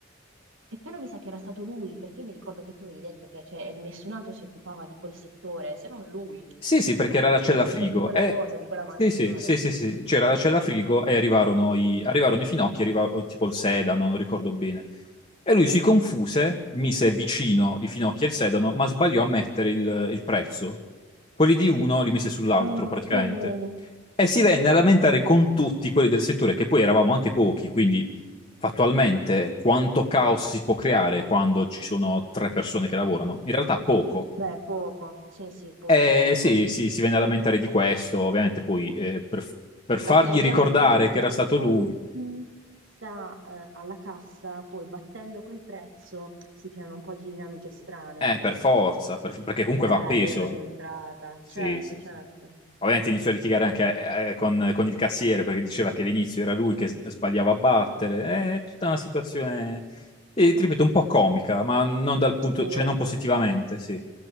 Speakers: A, on the right (about 85°); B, on the left (about 30°).
A: e però mi sa che era stato lui, perché mi ricordo che tu avevi detto che cioè, nessun altro si occupava di quel settore, se non lui,
B: Sì, sì, perché era la cella frigo.
A: Cioè, di quella
B: E...
A: cosa, di quella mansione.
B: Sì, sì, sì, sì, sì, c'era la cella frigo e arrivarono i, arrivarono i finocchi, arrivò tipo il sedano, non ricordo bene. E lui si confuse, mise vicino i finocchi e il sedano, ma sbagliò a mettere il, il prezzo. Quelli di uno li mise sull'altro,
A: Ah,
B: praticamente.
A: ok.
B: E si venne a lamentare con tutti quelli del settore, che poi eravamo anche pochi, quindi fattualmente quanto caos si può creare quando ci sono tre persone che lavorano? In realtà poco.
A: Beh, poco, sì, sì, poco,
B: Eh,
A: poco.
B: sì, sì, si venne a lamentare di questo, ovviamente poi eh, per, per fargli
A: Perché ovviamente
B: ricordare
A: immagino
B: che era
A: che
B: stato
A: poi
B: lui,
A: chi sta eh, alla cassa, poi battendo quel prezzo, si creano un po' di dinamiche strane
B: eh, per forza, per- perché comunque
A: eh,
B: va
A: a
B: appeso.
A: livello di entrata.
B: Sì,
A: Certo,
B: sì,
A: certo.
B: sì. Ovviamente iniziò a litigare anche eh, eh, con, con il cassiere perché diceva che all'inizio era lui che s- sbagliava a battere. Eh, È tutta una situazione, eh, ti ripeto, un po' comica,
A: Eh,
B: ma non dal punto,
A: assurdo.
B: cioè non positivamente, sì.